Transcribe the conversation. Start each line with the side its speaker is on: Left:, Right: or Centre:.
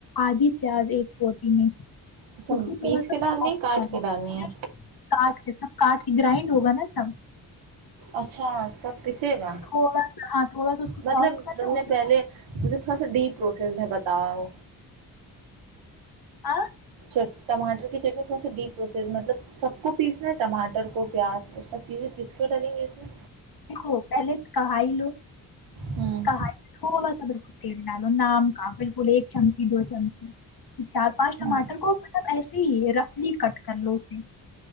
Left: آدھی پیاز ایک روٹی میں
Right: اچھا
Left: اس کو
Right: پیس
Left: تھوڑا سا
Right: کے ڈالنی
Left: سافٹ
Right: ہے کاٹ
Left: کرنا
Right: کے ڈالنی ہے
Left: کاٹ کے سب کاٹ کے گرائنڈ ہوگا نا سب
Right: اچھا سب کچھ گا
Left: تھوڑا سا ہاں تھوڑا سا اس کو
Right: مطلب
Left: سافٹ کر
Right: تم
Left: لو اس
Right: نے
Left: کے
Right: پہلے م تھوڑا سا ڈیپ پروسیس میں بتاا ہ
Left: <inaudible>
Right: ٹاٹر کی چٹنی تھوڑا ڈیپ پروسیس مطلب سب کو پیسنا ہے ٹماٹر کو پیاز کو سب چیزیں پیس کے ڈلیں گے اس میں
Left: دو پہلے کہا ہی لو
Right: ہوں
Left: کہ تھوڑا سا بالکل تیل ڈالو نام کا بالکل ایک چمکی دو چمکی چار پانچ ٹماٹر
Right: ہوں
Left: کو مطلب ایسے ہی رفلی کٹ کر لو اسے